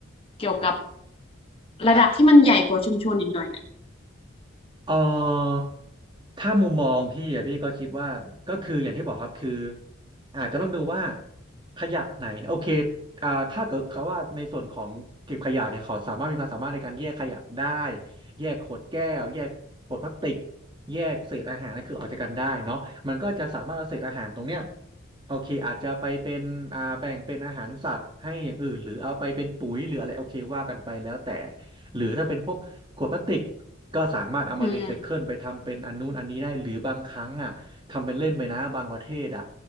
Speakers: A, on the left (about 25°); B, on the right (about 20°).
A: เกี่ยวกับระดับที่มันใหญ่กว่าชุมชนอีกหน่อยอ่ะ
B: เออถ้ามุมมองพี่อะพี่ก็คิดว่าก็คืออย่างที่บอกครับคืออาจจะต้องดูว่าขยะไหนนะโอเคอ่าถ้าเกิดเขาว่าในส่วนของเก็บขยะเนี่ยเขาสามารถมีความสามารถในการแยกขยะได้แยกขวดแก้วแยกขวดพลาสติกแยกเศษอาหารนั่นคือออกจากกันได้เนาะมันก็จะสามารถเอาเศษอาหารตรงเนี้ยโอเคอาจจะไปเป็นอ่าแบ่งเป็นอาหารสัตว์ให้อย่างอื่นหรือเอาไปเป็นปุ๋ยหรืออะไรโอเคว่ากันไปแล้วแต่หรือถ้าเป็นพวก ขวดพลาสติกก็สามารถเอามารีไซเคิลไปทำเป็นอันนู้นอันนี้ได้หรือบางครั้งอ่ะทำเป็นเล่นไปนะบางประเทศอ่ะ
A: อืม